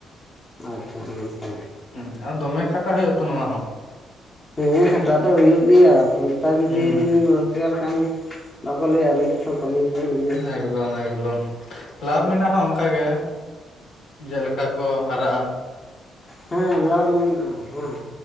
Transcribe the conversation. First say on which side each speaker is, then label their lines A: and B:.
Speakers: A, on the left; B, on the left.
A: ᱟᱪᱪᱷᱟ ᱦᱮᱸ ᱛᱚ
B: ᱦᱩᱸ ᱟᱨ ᱫᱚᱢᱮ ᱠᱷᱟᱴᱟᱜ ᱦᱩᱭᱩᱜ ᱟᱛᱚ ᱱᱚᱣᱟ ᱦᱚᱸ
A: ᱩᱸᱻ ᱦᱮᱸ ᱠᱷᱟᱴᱟᱜ ᱫᱚ ᱦᱩᱭᱩᱜ ᱜᱮᱭᱟ ᱯᱚᱭᱥᱟ ᱡᱩᱫᱤ
B: ᱦᱩᱸ
A: ᱵᱤᱱ ᱨᱚᱡᱜᱟᱨ ᱠᱷᱟᱱ ᱵᱟᱠᱚ ᱞᱟᱹᱭᱟ ᱨᱤᱠᱥ ᱦᱚᱸ ᱠᱟᱹᱢᱤ ᱦᱩᱭᱩᱜ ᱜᱮᱭᱟ
B: ᱮᱠᱫᱚᱢ ᱮᱠᱫᱚᱢ ᱞᱟᱵᱷ ᱢᱮᱱᱟᱜ ᱦᱚᱸ ᱚᱝᱠᱟ ᱜᱮ ᱡᱮᱞᱮᱠᱟ ᱠᱚ ᱦᱟᱨᱟᱜ-ᱟ
A: ᱦᱮᱸ ᱞᱟᱵᱷ ᱢᱮᱱᱟᱜᱼᱟ ᱦᱮᱸ